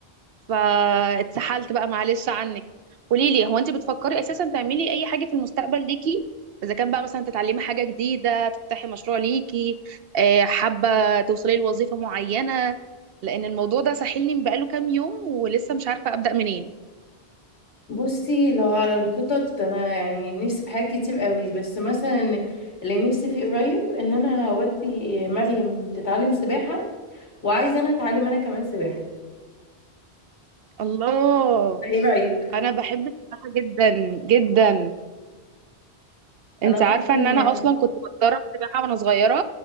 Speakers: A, on the right; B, on the left.
A: فاتسحلت بقى معلش عنك قولي لي هو انت بتفكري اساسا تعملي اي حاجه في المستقبل ليكي اذا كان بقى مثلا تتعلمي حاجه جديده تفتحي مشروع ليكي آه، حابه توصلي لوظيفه معينه لان الموضوع ده ساحلني بقاله كام يوم ولسه مش عارفه ابدا منين
B: بصي لو على الخطط انا يعني نفسي في حاجات كتير قوي بس مثلا اللي نفسي فيه قريب ان انا اودي مريم تتعلم سباحة وعايزه انا اتعلم انا كمان سباحة
A: الله
B: فايه رأيك
A: انا بحب السباحه جدا جدا
B: انا
A: انت
B: اصلا
A: عارفة ان انا
B: يعني
A: اصلا كنت بتدرب سباحة وانا صغيرة